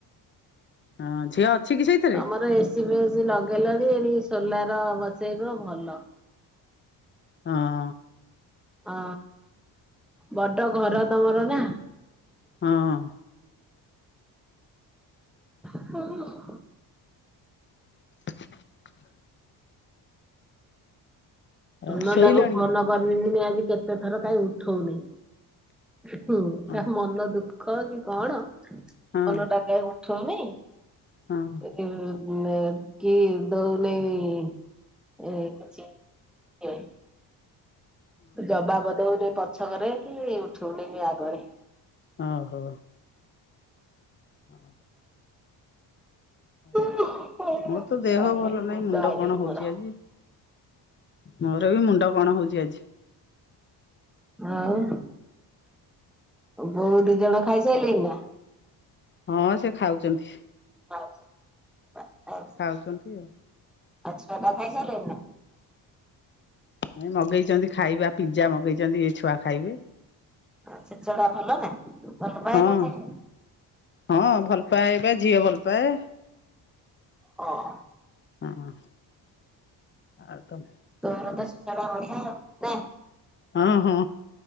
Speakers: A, on the left; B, in the centre.
A: ହଁ ଅଛି ଝିଅ କି ସେଇଥିରେ
B: ଆମର ଏସିି ବି ଏସିି ଲଗେଇଲାଣି ଏଣି ସୋଲାର ବସେଇବ ଭଲ।
A: ହଁ।
B: ହଁ ବଡ ଘର ତମର ନା।
A: ହଁ।
B: <inaudible>
A: <inaudible> ଆଉ
B: ସୁନନ୍ଦା
A: ଶୋଇଲାଣି
B: କୁ ଫୋନ କରିିଥିଲି। ଆଜି କେତେ ଥର କାହିଁ ଉଠଉନି? ହୁଁ
A: ହଁ
B: ତା ମନ ଦୁଃଖ କି କଣ, ମନଟା
A: ହଁ
B: କାଇଁ ଉଠଉନାଇ?
A: ହଁ।
B: ଉଁ କି ଦଉନାହିଁ ଏଁ କିଛି। ଏ ଜବାବ ଦଉନି ପଛକରେ କି ଉଠଉନି ଆଗରେ।
A: ଓହୋ। ହ। ହ
B: ଆଇଲାଣି
A: ମୋର ତ ଦେହ ଭଲ ନାହିଁ
B: ନିଦ
A: ମୁଣ୍ଡ
B: ଆଇଲାଣି
A: କଣ ହଉଚି
B: ମୋର।
A: ଆଜି। ମୋର ବି ମୁଣ୍ଡ କଣ ହଉଚି ଆଜି।
B: ଆଉ ବୋଉ ଦି ଜଣ ଖାଇସାରିଲେଣି ନା?
A: ହଁ ସେ ଖାଉଚନ୍ତି।
B: ହଉ ଆ ଆ
A: ଖାଉଚନ୍ତି ଆଉ।
B: ଆଉ ଛୁଆ ପୁଆ ଖାଇସାରିଲେଣି ନା?
A: ନାଇ ମଗେଇଚନ୍ତି ଖାଇବା, ପିଜା ମଗେଇଚନ୍ତି ଛୁଆ ଖାଇବେ।
B: ଆ ଛେଚଡା ଭଲ ନା ଭଲ ପାଇନଥାଏ।
A: ହଁ ହଁ ଭଲ ପାଏ ବା ଝିଅ ଭଲ ପାଏ।
B: ହଁ।
A: ହଁ ଆଉ ତମେ
B: ତର ଦ ସେ ସରେ ଅନ କ।
A: ହଁ ହଁ